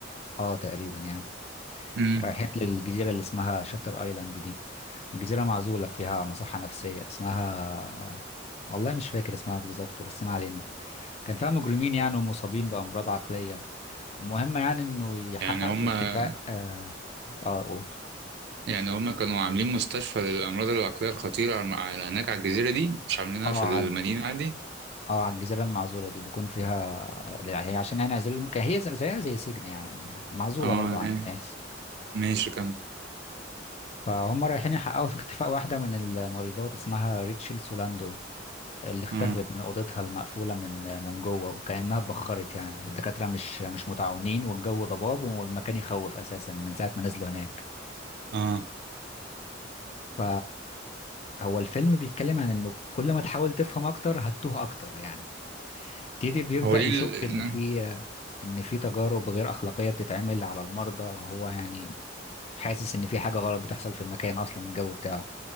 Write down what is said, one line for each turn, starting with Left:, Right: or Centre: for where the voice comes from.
Left: اه تقريبا يعني
Right: مم.
Left: رايحين للجزيرة اللي اسمها شاتر ايلاند دي الجزيرة معزولة فيها مصحة نفسية اسمها والله مش فاكر اسمها بالظبط بس ما علينا كان فيها مجرمين يعني ومصابين بأمراض عقلية المهم يعني انه يحقق
Right: يعني هما
Left: في اختفاء اه اه
Right: يعني هما كانوا عاملين مستشفى للأمراض العقلية الخطيرة على على- هناك على الجزيرة دي مش عاملينها
Left: آه،
Right: في المدينة عادي
Left: اه على الجزيرة المعزولة دي بيكون فيها آه، هي عشان يعني يعزلوا الم- هي زي- زيها زي سجن يعني معزولة
Right: اه
Left: برضو عن
Right: آه.
Left: الناس
Right: ماشي كمل
Left: فهم رايحين يحققوا في اختفاء واحدة من الممرضات اسمها ريتشل سولاندو اللي اختفت
Right: اه
Left: من أوضتها المقفولة من من جوه وكأنها اتبخرت يعني الدكاترة مش مش متعاونين والجو ضباب والمكان يخوف أساسا من ساعة ما نزلوا هناك
Right: اه
Left: ف هو الفيلم بيتكلم عن إنه كل ما تحاول تفهم أكتر هتتوه أكتر يعني تيدي بيبدأ
Right: هو ليه
Left: يشك إن
Right: ال...
Left: في إن في تجارب غير أخلاقية بتتعمل على المرضى هو يعني حاسس إن في حاجة غلط بتحصل في المكان أصلا الجو بتاعه